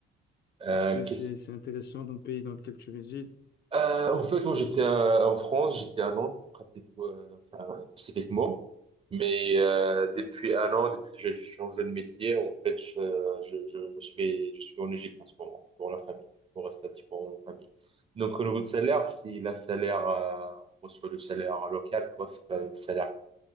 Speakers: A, on the right; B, on the left.
A: Euh,
B: Est-ce que
A: qu'est-ce
B: c'est c'est intéressant dans le pays dans lequel tu résides?
A: Euh, en fait, moi, j'étais à- en France, j'étais à Nantes, pratiquement, euh, enfin, euh, spécifiquement. Mais euh, depuis un an, depuis que j'ai changé de métier, en fait, je, je, je, je suis, je suis en Égypte en ce moment, pour la famille, pour rester un petit peu en famille. Donc, au niveau de salaire, si la salaire, euh, on reçoit le salaire local, quoi, c'est pas le salaire